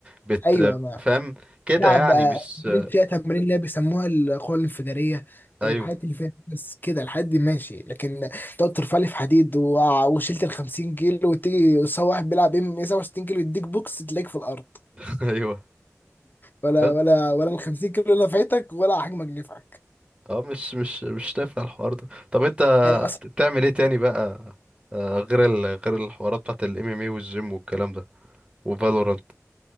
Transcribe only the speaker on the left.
ايوه يا مان
العب
بقى
تمارين فيها تمارين اللي هي بيسموها القوه الانفجاريه
الحاجات اللي فيها بس كده الحاجات دي ماشي لكن تقعد ترفع لي في حديد و- وشلت ال 50 كيلو وتيجي سوا واحد بيلعب ام ام 67 كيلو يديك بوكس تلاقيك في الارض
ولا
ولا ولا ال 50 كيلو نفعتك ولا حجمك نفعك
يعني